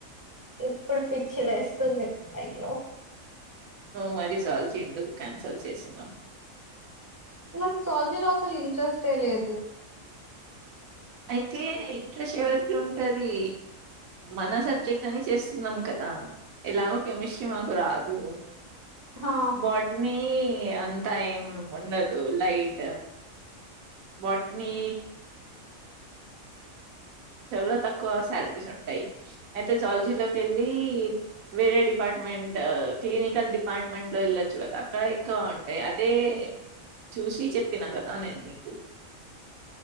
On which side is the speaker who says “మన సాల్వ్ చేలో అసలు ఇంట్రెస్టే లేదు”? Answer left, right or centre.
Right